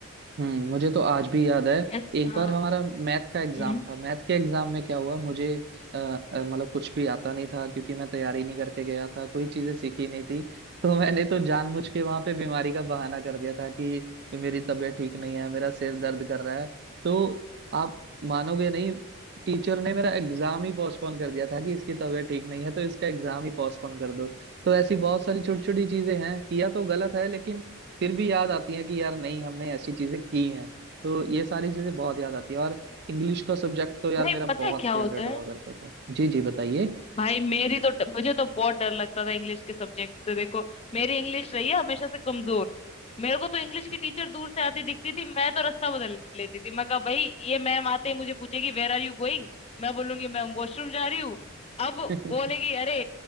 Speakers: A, on the right (about 50°); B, on the left (about 30°).
A: हम्म मुझे तो आज भी याद है
B: ऐस,
A: एक
B: हाँ
A: बार हमारा मैथ का एग्जाम
B: हम्म
A: था मैथ के एग्जाम में क्या हुआ मुझे अ, अ, मतलब कुछ भी आता नहीं था क्योंकि मैं तैयारी नहीं करके गया था कोई चीजें सीखी नहीं थी <laughs> तो मैंने तो जानबूझ के वहां पे बीमारी का बहाना कर दिया था कि मेरी तबीयत ठीक नहीं है मेरा सिर दर्द कर रहा है तो आप मानोगे नहीं टीचर ने मेरा एग्जाम ही पोस्टपोन कर दिया था कि इसकी तबीयत ठीक नहीं है तो इसका एग्जाम ही पोस्टपोन कर दो तो ऐसी बहुत सारी छोटी छोटी चीजें हैं किया तो गलत है लेकिन फिर भी याद आती है कि यार नहीं हमने ऐसी चीजें की हैं तो ये सारी चीजें बहुत याद आती है और इंग्लिश का सब्जेक्ट तो यार
B: अरे
A: मेरा
B: पता
A: बहुत
B: है क्या
A: फेवरेट
B: होता
A: हुआ
B: है
A: करता था जी जी बताइए
B: भाई मेरी तो मुझे तो बहुत डर लगता था इंग्लिश के सब्जेक्ट से देखो मेरी इंग्लिश रही है हमेशा से कमजोर मेरे को तो इंग्लिश
A: जी।
B: की टीचर दूर से आती दिखती थी मैं तो रास्ता बदल लेती थी मैं कहा भाई ये मैम आते ही मुझे पूछेगी वेर आर यू गोइंग मैं बोलूंगी मैम वॉशरूम जा रही हूँ अब
A: <laughs>
B: बोलेगी अरे